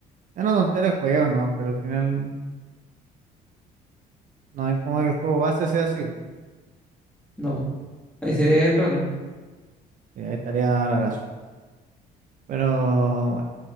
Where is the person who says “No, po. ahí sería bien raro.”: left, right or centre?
Centre